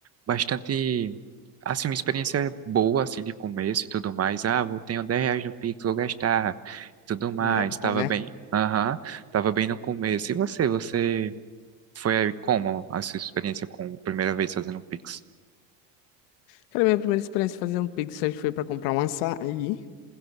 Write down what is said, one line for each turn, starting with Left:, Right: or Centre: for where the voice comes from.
Right: bastante, assim, uma experiência boa, assim, de começo e tudo mais. Ah, vou tenho 10 reais no Pix, vou gastar, tudo mais.
Left: É bom,
Right: Tava
Left: né?
Right: bem, aham, tava bem no começo. E você, você foi como a sua experiência com a primeira vez fazendo Pix?
Left: Aquela minha primeira experiência fazer um Pix, acho que foi para comprar um açaí,